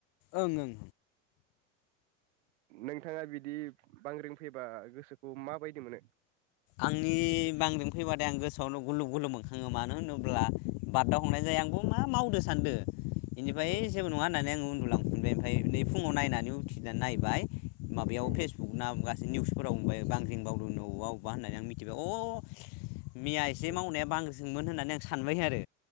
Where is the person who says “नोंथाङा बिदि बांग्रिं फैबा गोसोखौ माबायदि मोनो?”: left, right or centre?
Right